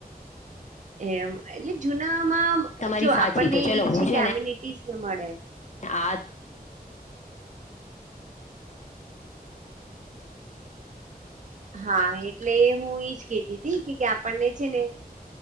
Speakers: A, on the right (about 50°); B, on the left (about 50°).
A: એમ એટલે જૂના આમા
B: તમારી
A: જો
B: સાચી
A: આપણને
B: તો ચલો
A: એક
B: હું
A: છે કે એમ્યુનિટી
B: ને
A: મળે.
B: આ
A: હા એટલે હું ઇજ કેતી હતી કે આપણને છે ને